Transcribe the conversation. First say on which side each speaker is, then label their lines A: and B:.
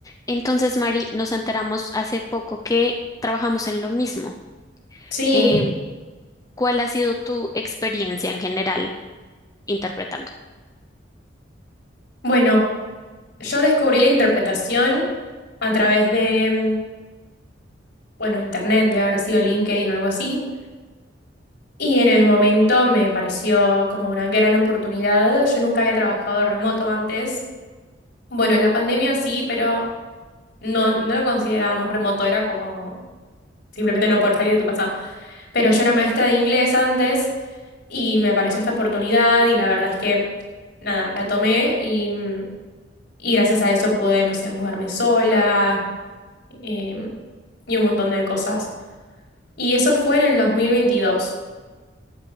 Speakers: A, on the left; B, on the left.
A: Entonces, Mari, nos enteramos hace poco que trabajamos en lo mismo.
B: Sí,
A: Eh, ¿cuál ha sido tu experiencia en general interpretando?
B: bueno, yo descubrí la interpretación a través de, mm, bueno, internet, de haber sido LinkedIn o algo así, y en el momento me pareció como una gran oportunidad. Yo nunca había trabajado remoto antes. Bueno, en la pandemia sí, pero no, no lo considerábamos remoto, era como simplemente no poder salir de tu casa. Pero yo era maestra de inglés antes y me apareció esta oportunidad y la verdad es que, nada, la tomé y, mm, y gracias a eso pude, no sé, mudarme sola em, y un montón de cosas. Y eso fue en el dos mil veintidós